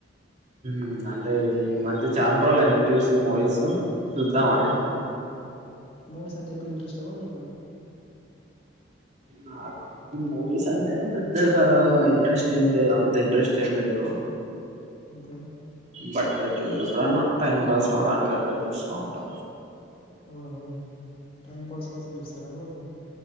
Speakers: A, on the right (about 40°); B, on the left (about 35°).
A: మ్ అంటే ఈ మధ్య చాన్ రోజులు అయ్యింది చూసి మూవీస్ చూద్దామని
B: మ్మ్ మూవీస్ అంటే ఎక్కువ ఇంట్రెస్ట్ బ్రో మీకు
A: నాకు మూవీస్ అంటే పెద్దగా ఇంట్రెస్ట్ ఏం లేదు అంత ఇంట్రెస్ట్ ఏం లేదు
B: ఓకే
A: బట్ ఎప్పుడు టైం పాస్ అవడానికి అట్లా చుస్తా ఉంటా
B: ఆహ టైం పాస్ కోసం చూస్తారు అప్పుడప్పుడు